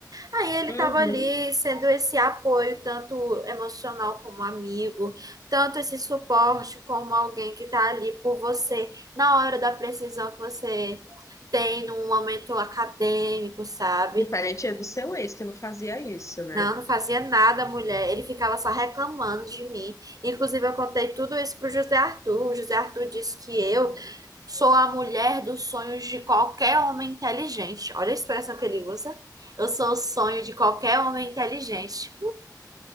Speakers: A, on the right; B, on the left.
A: Aí ele
B: Uhum.
A: estava ali sendo esse apoio, tanto emocional como amigo, tanto esse suporte como alguém que está ali por você na hora da precisão que você tem num momento acadêmico, sabe?
B: Diferente do seu ex, que não fazia isso, né?
A: Não, não fazia nada, mulher. Ele ficava só reclamando de mim. Inclusive, eu contei tudo isso pro José Arthur. O José Arthur disse que eu sou a mulher dos sonhos de qualquer homem inteligente. Olha a expressão que ele usa. Eu sou o sonho de qualquer homem inteligente.